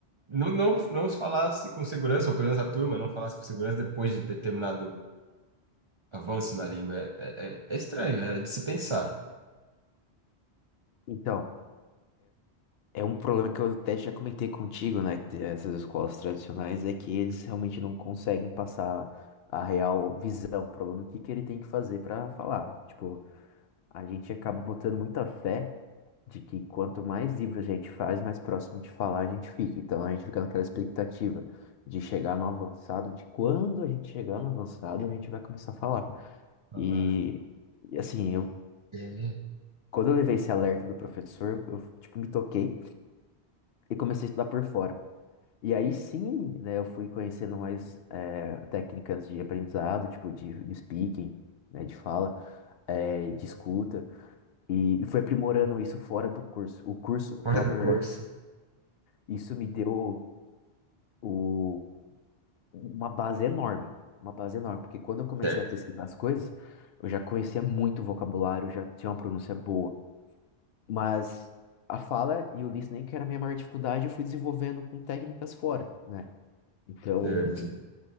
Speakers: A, on the right (about 45°); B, on the left (about 65°).
A: não, não, não falasse com segurança, ou pelo menos a turma não falasse com segurança depois de determinado avanço na língua. É, é, é estranho, é de se pensar.
B: Então, é um problema que eu até já comentei contigo, né? Que essas escolas tradicionais é que eles realmente não conseguem passar a real visão pro aluno, o que que ele tem que fazer para falar. Tipo, a gente acaba botando muita fé de que quanto mais livro a gente faz, mais próximo de falar a gente fica. Então, a gente fica naquela expectativa de chegar no avançado, de quando a gente chegar no avançado, a gente vai começar a falar.
A: Falar.
B: E, e assim, eu.
A: É,
B: Quando eu levei esse alerta do professor, eu, tipo, me toquei. e comecei a estudar por fora. E aí sim, né, eu fui conhecendo mais eh, técnicas de aprendizado, tipo de, de speaking, né, de fala, eh, de escuta, e, e fui aprimorando isso fora do curso. O curso, vou
A: fora
B: falar
A: do
B: pra
A: curso.
B: verdade, isso me deu o, uma base enorme, uma base enorme, porque quando eu comecei
A: Certo,
B: a pesquisar as coisas, eu já conhecia muito vocabulário, já tinha uma pronúncia boa, mas a fala e o listening, que era a minha maior dificuldade, eu fui desenvolvendo com técnicas fora, né? Então,
A: certo.